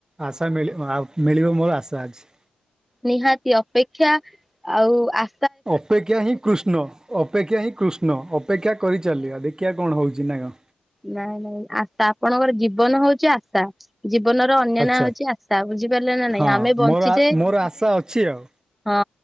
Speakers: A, on the right; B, in the centre.
A: ଆଶା ମିଳ ଆ ମିଳିବ ମୋର ଆଶା ଅଛି।
B: ନିହାତି ଅପେକ୍ଷା ଆଉ ଆ
A: ଅପେକ୍ଷା ହିଁ କୃଷ୍ଣ। ଅପେକ୍ଷା ହିଁ କୃଷ୍ଣ ଅପେକ୍ଷା କରିଚାଲିବା ଦେଖିଆ କଣ ହଉଚି ନା କଣ।
B: ନାଇଁ ନାଇଁ ଆଶ୍ ତା ଆପଣଙ୍କର ଜୀବନ ହଉଚି ଆସ୍ତା। ଜୀବନର ଅନ୍ୟ
A: ଆଚ୍ଛା
B: ନାଁ ହଉଚି ଆସ୍ତା ଆଉ ବୁଝିପାରିଲେ ନା ନାଇଁ
A: ହଁ
B: ଆମେ ବଞ୍ଚିଚେ
A: ମୋର ମୋର ଆଶା ଅଛି ଆଉ
B: ହଁ